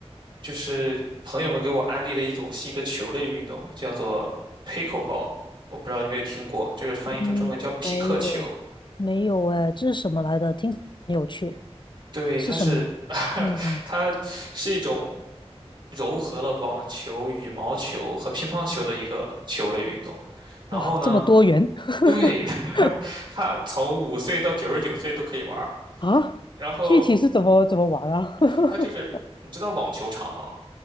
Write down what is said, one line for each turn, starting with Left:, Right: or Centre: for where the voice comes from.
Right: 就是朋友们给我安利了一种新的球类运动，叫做 pickleball。我不知道你有没有听过，就是翻译成中文叫匹克球。
Left: 嗯，没有，没有哎，这是什么来的？听起来很有趣，
Right: 对，
Left: 是什么？
Right: 它是
Left: 嗯，
Right: 它是一种糅合了网球、羽毛球和乒乓球的一个球类运动。然后呢，
Left: 哇，这么多元 <laughs>
Right: 对，<laughs> 它从五岁到九十九岁都可以玩儿。
Left: 啊！
Right: 然后
Left: 具体是怎么怎么玩啊？<laughs>
Right: 它就是你知道网球场吗？